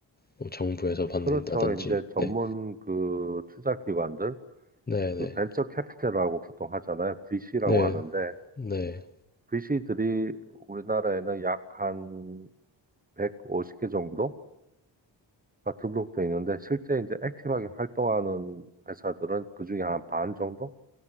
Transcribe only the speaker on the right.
그렇죠. 이제 전문
그 투자 기관들
그
벤처 캐피탈이라고 보통 하잖아요. VC라고
하는데
VC들이 우리나라에는 약 한 150개 정도 가 등록돼 있는데 실제 이제 액티브하게 활동하는 회사들은 그중에 한 반 정도?